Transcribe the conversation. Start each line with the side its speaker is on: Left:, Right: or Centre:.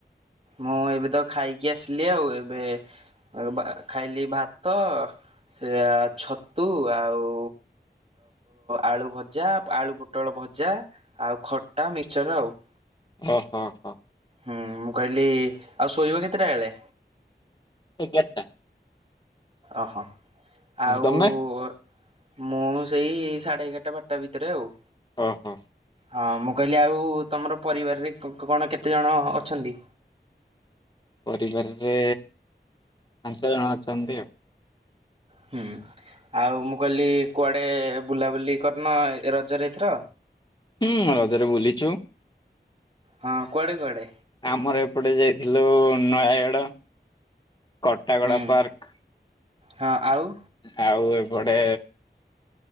Right: ମୁଁ ଏବେ ତ ଖାଇକି ଆସିଲି ଆଉ ଏବେ ବା ଖାଇଲି ଭାତ ସେ ଛତୁ ଆଉ ଆଳୁ ଭଜା ଆଳୁ ପୋଟଳ ଭଜା ଆଉ ଖଟା ମିକ୍ସର ଆଉ।
Left: ଓହୋ। ହୋ
Right: ହୁଁ ମୁଁ କହିଲି ଆଉ ଶୋଇବ କେତେଟା ବେଳେ?
Left: ଏଗାର ଟା।
Right: ଓହୋ
Left: ହଁ
Right: ଆଉ
Left: ତମେ
Right: ଓର ମୁଁ ସେଇ ସାଢେ ଏଗାର ଟା ବାରଟା ଭିତରେ ଆଉ।
Left: ଓ ହୋ।
Right: ହଁ ମୁଁ କହିଲି ଆଉ ତମର ପରିବାରରେ କଣ କେତେ ଜଣ ଅଛନ୍ତି?
Left: ପରିବାରରେ ପାଞ୍ଚ ଜଣ ଅଛନ୍ତି ଆଉ।
Right: ହୁଁ ଆଉ ମୁଁ କହିଲି କୁଆଡେ ବୁଲାବୁଲି କରିନ ରଜରେ ଏଥର।
Left: ହୁଁ ରଜରେ ବୁଲିଚୁ।
Right: ହଁ କୁଆଡେ କୁଆଡେ।
Left: ଆମର ଏପଟେ ଯାଇଥିଲୁ ନୟାଏଗଡ କଟାଗଡ
Right: ହୁଁ
Left: ପାର୍କ।
Right: ହଁ ଆଉ।
Left: ଆଉ ଏପଟେ